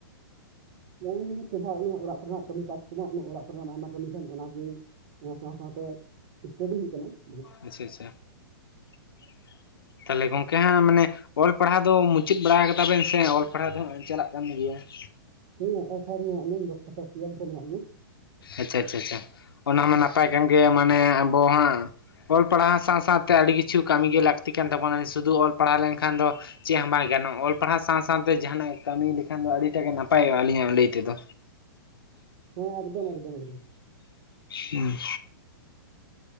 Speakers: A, on the right (about 55°); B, on the left (about 85°).
A: ᱦᱮ <unintelligible> ᱚᱱᱮ ᱚᱲᱟᱜ ᱠᱚᱨᱮᱱᱟᱜ ᱠᱟᱹᱢᱤ ᱠᱟᱡ ᱠᱚᱢᱟ ᱚᱱᱮ ᱚᱲᱟᱜ ᱠᱚᱨᱮᱱᱟᱜ ᱟᱭᱢᱟ ᱠᱟᱹᱢᱤ ᱛᱟᱦᱮᱸᱱ ᱚᱱᱟ ᱜᱮ ᱚᱱᱟ ᱥᱟᱶ ᱥᱟᱶᱛᱮ ᱥᱴᱟᱰᱤ ᱦᱩᱭᱩᱜ ᱠᱟᱱᱟ ᱾
B: ᱟᱪᱪᱷᱟ ᱟᱪᱪᱷᱟ ᱾ <inaudible> ᱛᱟᱦᱞᱮ ᱜᱚᱝᱠᱮ ᱦᱟᱸᱜ ᱢᱟᱱᱮ ᱚᱞ ᱯᱟᱲᱦᱟᱣ ᱫᱚ ᱢᱩᱪᱟᱹᱫ ᱵᱟᱲᱟ ᱟᱠᱟᱫᱟ ᱵᱮᱱ ᱥᱮ ᱚᱞ ᱯᱟᱲᱦᱟᱣ ᱫᱚ ᱪᱟᱞᱟᱜ ᱠᱟᱱ ᱜᱮᱭᱟ ᱾
A: ᱦᱮᱸ ᱚᱞ ᱯᱟᱲᱦᱟᱣ ᱫᱚ ᱢᱮᱱᱟᱜ ᱞᱤᱧᱟ <unintelligible> ᱴᱩᱭᱮᱞᱵᱽ ᱨᱮ ᱢᱮᱱᱟᱜ ᱞᱤᱧᱟ ᱾
B: ᱟᱪᱪᱷᱟ ᱟᱪᱪᱷᱟ ᱟᱪᱪᱷᱟ, ᱚᱱᱟ ᱢᱟ ᱱᱟᱯᱟᱭ ᱠᱟᱱ ᱜᱮ ᱢᱟᱱᱮ ᱟᱵᱚ ᱦᱟᱸᱜ, ᱚᱞ ᱯᱟᱲᱦᱟᱣ ᱥᱟᱶ ᱥᱟᱶᱛᱮ ᱟᱹᱰᱤ ᱠᱤᱪᱷᱩ ᱠᱟᱹᱢᱤ ᱜᱮ ᱞᱟᱹᱠᱛᱤ ᱠᱟᱱ ᱛᱟᱵᱚᱱᱟ ᱥᱩᱫᱷᱩ ᱚᱞ ᱯᱟᱲᱦᱟᱣ ᱞᱮᱱᱠᱷᱟᱱ ᱫᱚ ᱪᱮᱫ ᱦᱚᱸ ᱵᱟᱭ ᱜᱟᱱᱚᱜᱼᱟ ᱚᱞ ᱯᱟᱲᱦᱟᱣ ᱥᱟᱶ ᱥᱟᱶᱛᱮ ᱡᱟᱦᱟᱱᱟᱜ ᱜᱮ ᱠᱟᱹᱢᱤ ᱞᱮᱠᱷᱟᱱ ᱫᱚ ᱟᱹᱰᱤ ᱴᱟᱜ ᱜᱮ ᱱᱟᱯᱟᱭᱚᱜᱼᱟ ᱟᱹᱞᱤᱧᱟᱜ ᱞᱟᱹᱭ ᱛᱮ ᱫᱚ,
A: ᱦᱮᱸ, ᱮᱠᱫᱚᱢ ᱮᱠᱫᱚᱢ ᱮᱠᱫᱚᱢ
B: ᱦᱩᱸ